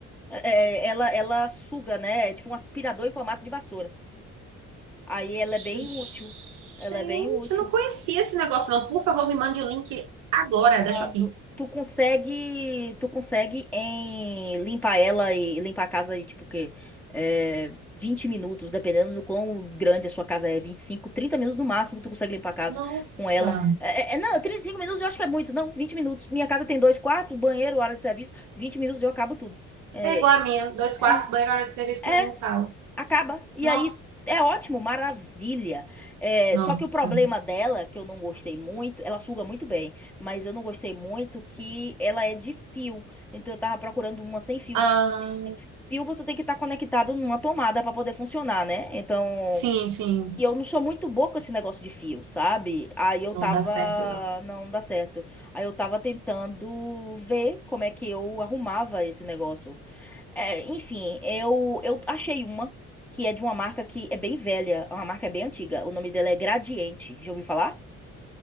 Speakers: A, in the centre; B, on the right.
A: É, é, ela, ela suga, né? É tipo um aspirador em formato de vassoura. Aí ela
B: Gente,
A: é bem útil. Ela é bem útil.
B: eu não conhecia esse negócio, não. Por favor, me mande o link agora da
A: Mando.
B: Shopee.
A: Tu consegue, tu consegue em limpar ela e limpar a casa e tipo o quê? É, 20 minutos, dependendo do quão grande a sua casa é, 25 30 minutos no máximo, tu consegue limpar a casa
B: Nossa.
A: com ela. É, é, é, não, 35 minutos eu acho que é muito, não, 20 minutos. Minha casa tem dois quartos, banheiro, área de serviço, 20 minutos eu acabo tudo. É,
B: É igual a minha. Dois
A: é,
B: quartos, banheiro, hora de serviço, cozinha
A: é
B: e sala.
A: acaba. E
B: Nossa.
A: aí é ótimo, maravilha. É,
B: Nossa.
A: só que o problema dela, que eu não gostei muito, ela suga muito bem, mas eu não gostei muito que ela é de fio. Então eu tava procurando uma sem fio.
B: Ah.
A: Por Fio você tem que estar conectado numa tomada para poder funcionar, né? Então,
B: Sim, sim,
A: e eu não sou muito boa com esse negócio de fio, sabe? Aí eu
B: não
A: tava,
B: dá certo, não.
A: não dá certo. Aí eu tava tentando ver como é que eu arrumava esse negócio. É, enfim, eu, eu achei uma que é de uma marca que é bem velha, é uma marca bem antiga. O nome dela é Gradiente. Já ouviu falar?